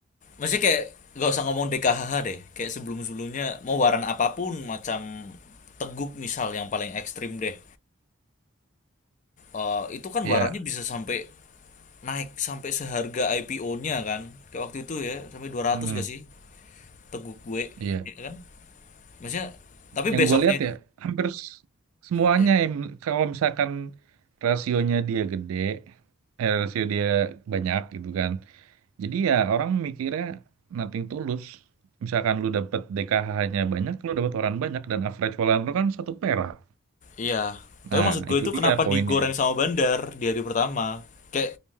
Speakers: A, on the left; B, on the right.
A: maksudnya kayak gak usah ngomong DKHH deh. Kayak sebelum-sebelumnya mau waran apapun macam teguk misal yang paling ekstrim deh. Eh, itu kan
B: Iya.
A: warannya bisa sampai naik sampai seharga IPO-nya kan. Kayak waktu itu ya, sampai dua
B: Hmm,
A: ratus gak sih teguk gue,
B: iya.
A: ya kan? Maksudnya tapi
B: Yang
A: besoknya
B: gue lihat ya hampir s- semuanya
A: Iya.
B: em, kalau misalkan rasionya dia gede, eh, rasio dia banyak gitu kan. Jadi ya orang mikirnya nothing tulus. Misalkan lu dapet DKH-nya banyak, lu dapet waran banyak dan average waran lu kan satu perak.
A: Iya, tapi
B: Nah,
A: maksud gue
B: itu
A: itu kenapa
B: dia poinnya.
A: digoreng sama Bandar di hari pertama? Kayak